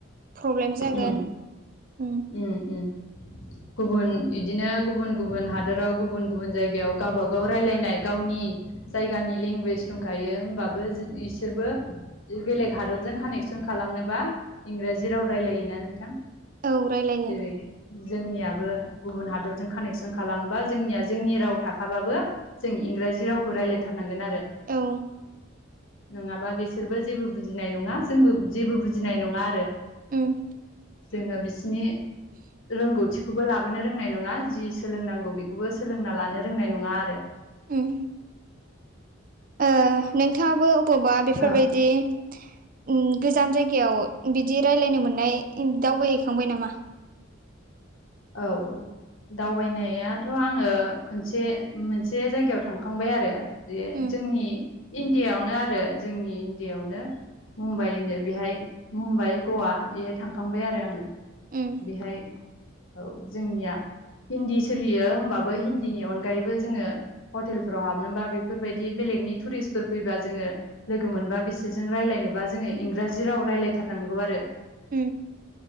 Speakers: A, on the right (about 45°); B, on the left (about 80°).
A: प्रब्लेम जागोन
B: उम
A: उम
B: उम उम गुबुन इदिनो गुबुन गुबुन हादराव गुबुन गुबुन जायगायाव गावबागाव रायज्लायनाय गावनि जायगानि लेंगुवेज दंखायो होमबाबो इसोरबो बेलेग हादरजों कानेक्सन खालामनोबा इंराजि राव रायलायो ना नोंथां?
A: औ रायलायो
B: जेरै जोंनियाबो गुबुन हादरजों कानेक्सन खालामबा जोंनिया जोंनि राव थाखाबाबो जों इंराजि रावखौ रायलायथारनांगोन आरो
A: औ
B: <inaudible> नङाबा बेसोरबो जेबो बुजिनाय नङा जोंबो जेबो बुजिनाय नङा आरो
A: ओम
B: जोङो बिसिनि रोंगौथिखौबो लाबोनो रोंनाय नङा जि सोलोंनांगौ बेखौबो सोलोंना लानो रोंनाय नङा आरो
A: ओम ओ नोंथाङाबो अबावबा बेफोरबायदि
B: औ
A: ओम गोजान जायगायाव बिदि रायलायनो मोननाय दावबायहैखांबाय नामा?
B: औ औ दावबायनायाथ' आङो खोनसे मोनसे जायगायाव थांखांबाय आरो बे
A: उम
B: जोंनि इण्डियायावनो आरो जोंनि इण्डियायावनो मुम्बाइ होनो बेहाय मुम्बाइ गवा इहाय थांखांबाय आरो आङो
A: उम
B: बेहाय औ जोंनिया हिन्दी सोलियो होमबाबो हिन्दीनि अनगायैबो जोङो हटेलफोराव हाबनोबा बेफोरबायदि बेलेगनि टुरिस्टफोर फैबा जोङो लोगो मोनबा बिसोरजों रायलायनोबा जोङो इंराजि राव रायलायथारनांगौ आरो
A: उ